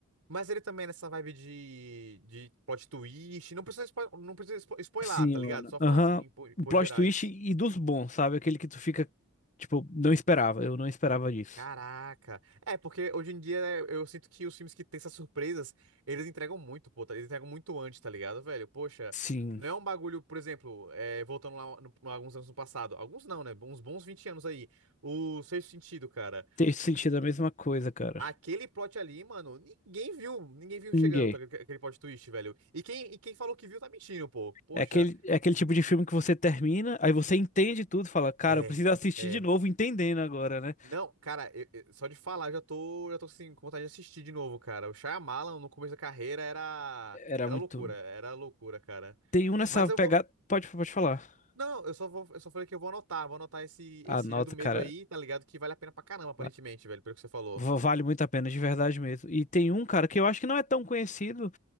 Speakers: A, on the right (about 85°); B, on the left (about 35°).
A: Mas ele também é nessa vibe de, de plot twist. Não precisa, spo- não precisa spo- spoilar,
B: Sim,
A: tá ligado?
B: mano.
A: Só
B: Aham.
A: fala assim, por,
B: Um
A: por
B: plot
A: gerais.
B: twist e dos bons, sabe? Aquele que tu fica, tipo, não esperava. Eu não esperava disso.
A: Caraca. É, porque hoje em dia é, eu sinto que os filmes que têm essas surpresas, eles entregam muito, pô. tá- Eles entregam muito antes, tá ligado, velho? Poxa,
B: Sim.
A: não é um bagulho, por exemplo, é, voltando lá no- alguns anos no passado. Alguns não, né? Uns bons 20 anos aí. O Sexto Sentido, cara.
B: Ter sentido é a mesma coisa, cara.
A: Aquele plot ali, mano, ninguém viu, ninguém viu
B: Ninguém.
A: chegando, tá, ligado? aquele plot twist, velho. E quem, e quem falou que viu tá mentindo, pô. Poxa,
B: É aquele, é aquele tipo de filme que você termina, aí você entende tudo, fala, cara,
A: é,
B: eu preciso assistir
A: é.
B: de novo, entendendo agora, né?
A: Não, cara, eu- eu- só de falar eu já tô, já tô assim, com vontade de assistir de novo, cara. O Shyamalan no começo da carreira era,
B: Era
A: era
B: muito.
A: loucura, era loucura, cara.
B: Tem um nessa
A: Mas eu
B: pegada.
A: vou,
B: Pode, pode falar.
A: não, não, eu só vou, eu só falei que eu vou anotar, vou anotar esse,
B: A
A: esse
B: nota,
A: Ilha do Medo
B: cara.
A: aí, tá ligado? Que vale a pena pra caramba, aparentemente,
B: va-
A: velho, pelo que você falou.
B: Vale muito a pena, de verdade mesmo. E tem um, cara, que eu acho que não é tão conhecido,